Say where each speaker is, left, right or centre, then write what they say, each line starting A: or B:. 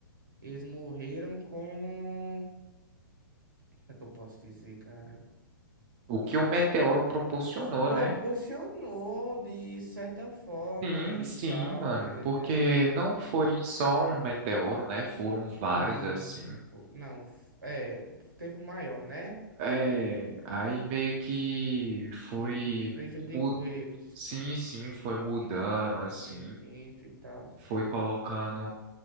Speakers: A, on the right; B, on the right.
A: Eles morreram com. Como é que eu posso dizer, cara?
B: O que o meteoro proporcionou,
A: Proporcionou
B: né?
A: de certa forma
B: Sim,
A: e
B: sim,
A: tal,
B: mano.
A: entendeu?
B: Porque não foi só um meteoro, né? Foram vários
A: Não,
B: assim.
A: pô, não, f- é, teve o maior, né?
B: É,
A: Aí
B: aí meio que foi
A: meio que prejudicou
B: mud...
A: eles,
B: Sim, sim, foi mudando
A: e
B: assim,
A: 1.500 e tal.
B: foi colocando